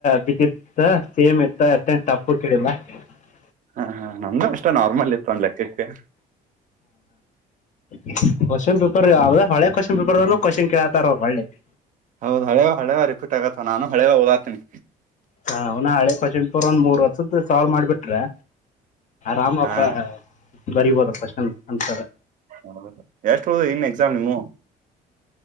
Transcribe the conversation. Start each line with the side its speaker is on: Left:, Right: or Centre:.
Left: ವಿದಿತ್ ಸೇಮ್ ಇ <unintelligible> ತ್ತ ತಪ್ಪು ಕಡಿಿಲ್ಲ <unintelligible>
Right: ಹಾ ಹಾ ನಮ್ದು ಅಷ್ಟ ನಾರ್ಮಲ್ ಇತ್ತು ಒಂದ್ ಲೆಕ್ಕಕ್ಕೆ
Left: <inaudible> ಕ್ವ್ನ್ ಪೇಪರ್ ಯಾವದ ಹಳ ಕ್ವ್ನ್ ಪೇರ್ ಅಲ್ಲ <unintelligible> ಆಕೋಶನ್ ಕೇೇಳಾತಾರ ಅವ್ರು ಒಳ್ಳೆ <inaudible>
Right: ಹೌದು ಹಳೆವ ಹಳೆವ ರಿಫೀಟ್ ಆಗತ್ತ ನಾನು ಹಳೆವ ಓದಾತೀನಿ
Left: ಹ ಅವನ ಹಳೆ ಕಸೆಂಟ್ಪುರ್ ಒಂದ್ ಮೂರ್ ವರ್ಷದ್ದ ಸಾಳ್ ಮಾಡ್ಬಿಟ್ರೆ ರಾಮಪ್ಪ
Right: ಹಾ
Left: <unintelligible> ಬರಿಬೋದ ಕ್ವಶನ್ ಅನ್ಸರ್ <unintelligible>
Right: ಹೌ ಎಷ್ಟ ಹೋ ಇನ್ ಎಕ್ಸಾಮ್ ನಿಮ್ಮ <inaudible>